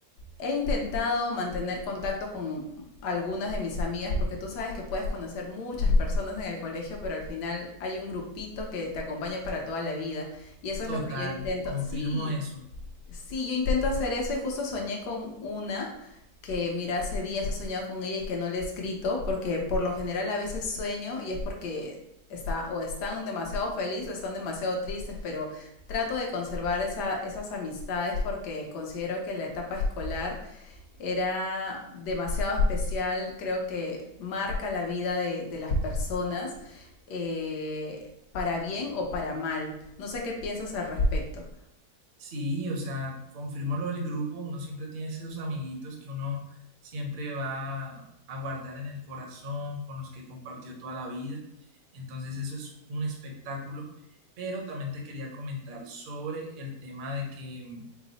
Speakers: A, on the left (about 70°); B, on the right (about 50°).
A: he intentado mantener contacto con algunas de mis amigas porque tú sabes que puedes conocer muchas personas en el colegio, pero al final hay un grupito que te acompaña para toda la vida y eso es
B: Total,
A: lo que yo intento.
B: confirmo
A: Sí,
B: eso.
A: Sí, yo intento hacer eso y justo soñé con una que, mira, hace días he soñado con ella y que no le he escrito, porque por lo general a veces sueño y es porque está, o están demasiado felices o están demasiado tristes, pero trato de conservar esa- esas amistades porque considero que la etapa escolar era demasiado especial, creo que marca la vida de, de las personas, eh, para bien o para mal. No sé qué piensas al respecto.
B: Sí, o sea, confirmó lo del grupo, uno siempre tiene esos amiguitos que uno siempre va a guardar en el corazón, con los que compartió toda la vida. Entonces eso es un espectáculo, pero también te quería comentar sobre el tema de que mm,